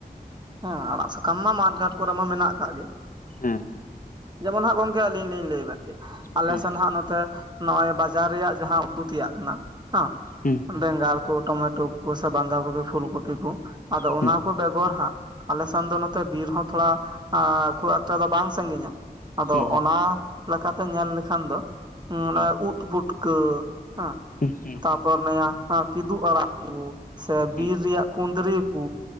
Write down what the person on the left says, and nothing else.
ᱦᱮᱸ ᱦᱮᱸ
ᱦᱮᱸ
ᱦᱩᱸ
ᱦᱩᱸ
ᱦᱩᱸ
ᱦᱩᱸ
ᱦᱩᱸ ᱦᱩᱸ
ᱦᱩᱸ